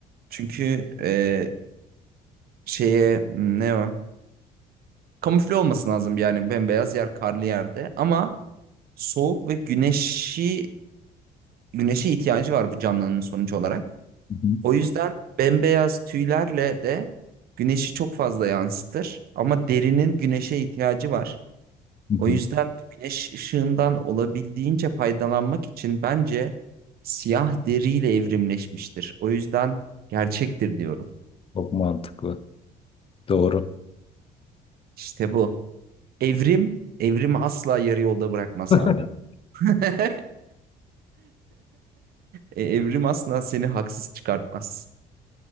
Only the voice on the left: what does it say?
Hı hı.
Hı
hı.
Çok mantıklı. Doğru.
<laughs>